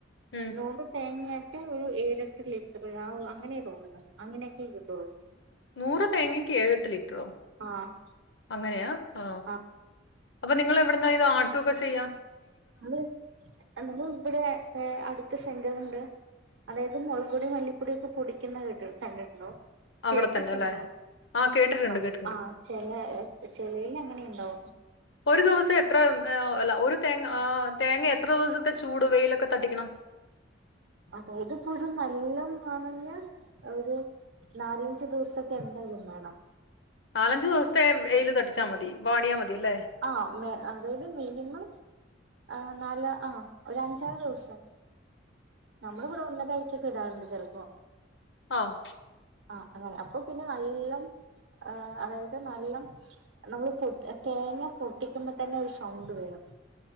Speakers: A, on the left; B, on the right.
A: ഉം
B: നൂറ് തേങ്ങ റ്റ ഒരു ഏഴെട്ട് ലിറ്റർ ആ അങ്ങനെ തോന്നുന്നു അങ്ങനെയൊക്കെ കിട്ടുള്ളൂ
A: നൂറ് തേങ്ങക്ക് ഏഴെട്ട് <unintelligible> റ്റ്റൊ
B: ആഹ്
A: അങ്ങനെയ ആ
B: ആഹ്
A: അപ്പൊ നിങ്ങളെവിടുന്ന ഇത് ആട്ട ഇപ്പ ചെയ്യാം
B: ന നമ്മൾ ഇവിടെ അടുത്ത സെ ഇണ്ട് അതായത് മുളക് പൊടി മല്ലിപ്പൊടിയ ഒക്കെ പൊടിക്കുന്ന കേട്ടീ കണ്ടിട്ടുണ്ടോ
A: അവിടെ
B: കേട്ടിട്ടന്നോ
A: തന്നെ അല്ലേ ആഹ് കേട്ടിട്ടുണ്ട്
B: ആ
A: കേട്ടിട്ടുണ്ട്
B: ആ ചെല ചിലൽ അങ്ങനെണ്ടാവും
A: ഒരു ദിവസം എത്ര അല്ല ഒരു തേ ആ തേങ്ങ എത്ര ദിവസത്തെ ചൂട് വെയിലൊക്കെ തട്ടിക്കണം
B: അതായത് ഇപ്പോ ഒരു നല്ല ആണഞ്ഞ ഒരു നാലഞ്ചു ദിവസൊക്കെ എന്തായാലും വേണം
A: നാലഞ്ചു ദിവസത്തെ എ വെയില് തടിച്ചാൽ മതി വാടിയാ മതി അല്ലേ
B: ആ അതായത് മിനിമം ആ നാല ആഹ ഒ അഞ്ചാറ് ദിവസം നമ്മള ഇവിടെ ഒന്നഴചക്കെ ഇടാറുണ്ട് ചെിലപ്പോ
A: ആഹ്
B: ആ അങ്ങനെ അപ്പൊ പിന്നെ നല്ലം അതായത് നല്ല നമ്മള് പൊ തേങ്ങ പൊട്ടിക്കുമ്പോൾ തന്നെ ഒരു സൗണ്ട് വേണം